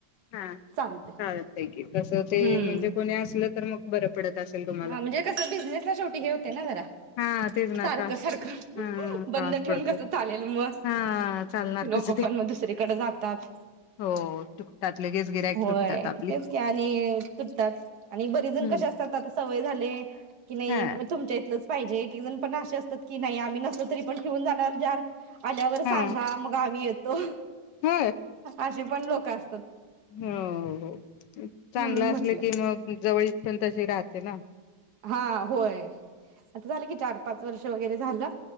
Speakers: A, on the left; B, on the right.
A: हा
B: चालत
A: चालतै की तस ते
B: हम्म
A: म्हणजे कोणी असलं तर मग बरं पडत असेल तुम्हाला
B: हा म्हणजे कसं बिझनेसला शेवटी हे होते ना जरा
A: हा तेच ना
B: सारखं
A: त्रास
B: सारखं
A: हा
B: बंद
A: त्रास
B: ठेवून
A: पडतो
B: कसं चालेल मग
A: हा चालणार
B: लोक
A: कसं ते
B: पण मग दुसरीकडे जातात
A: हो तुटतात लगेच गिरायक
B: होय
A: तुटतात आपली
B: तेच की आणि तुटतात आणि बरीजण
A: हम्म
B: कशी असतात सवय झालीय की नई
A: हा
B: मग तुमच्या इथल पाहिजे एक एक जण पण अशे असतात की नाही आम्ही नसल तरी पण ठेवून जाणार जार आल्यावर
A: हा
B: सांगा मग आम्ही ये तो
A: हो
B: अशी पण लोक अस
A: हो हो चांगलं
B: म्हणून म्हटलं
A: असल की मग जवळीक पण तशी राह तेना
B: हा होय आता झालं की चार पाच वर्ष जेवण वगैरे झालं